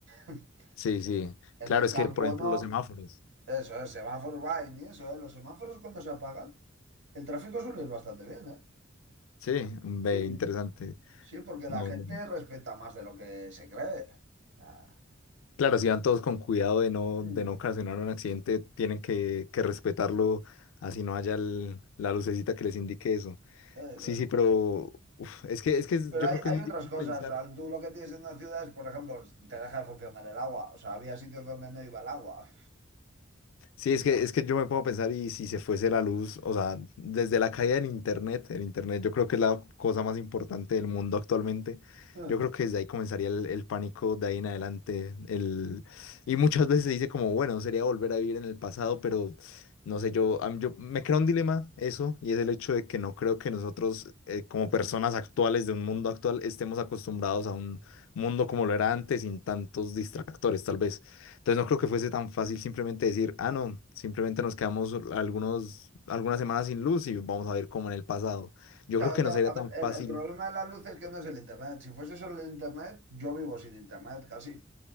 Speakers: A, on the right (about 65°); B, on the left (about 85°).
A: <laughs>
B: Sí, sí. Claro,
A: En el
B: es
A: campo
B: que, por ejemplo,
A: no,
B: los semáforos.
A: eso es, semáforos va y ni eso, ¿eh? Los semáforos cuando se apagan, el tráfico suele ir bastante bien, ¿eh?
B: Sí, mm,
A: Sí,
B: ve,
A: sí,
B: interesante.
A: sí, porque la
B: No,
A: gente
B: no.
A: respeta más de lo que se cree. O sea,
B: Claro, si van todos con cuidado de no,
A: mm,
B: de no ocasionar un accidente, tienen que, que respetarlo, así no haya el- la lucecita que les indique eso.
A: eh,
B: Sí, sí, pero uf, es que, es que es-
A: Pero
B: yo
A: hay,
B: creo que
A: hay
B: es muy
A: otras
B: difícil
A: cosas,
B: pensar.
A: o sea, tú lo que tienes en una ciudad es, por ejemplo, te deja de funcionar el agua, o sea, había sitios donde no iba el agua.
B: Sí, es que, es que yo me pongo a pensar y si se fuese la luz, o sea, desde la caída del Internet, el Internet yo creo que es la cosa más importante del mundo actualmente,
A: Hmm.
B: yo creo que desde ahí comenzaría el, el pánico de ahí en adelante, el, y muchas veces se dice como, bueno, sería volver a vivir en el pasado, pero no sé, yo, a mí- yo me crea un dilema eso, y es el hecho de que no creo que nosotros eh, como personas actuales de un mundo actual estemos acostumbrados a un mundo como lo era antes, sin tantos distractores, tal vez. Entonces no creo que fuese tan fácil simplemente decir, ah, no, simplemente nos quedamos algunos, algunas semanas sin luz y vamos a ver cómo en el pasado. Yo
A: Claro,
B: creo que
A: no,
B: no
A: a
B: sería
A: ver,
B: tan
A: el,
B: fácil.
A: el problema de la luz es que no es el internet. Si fuese solo el internet, yo vivo sin internet casi.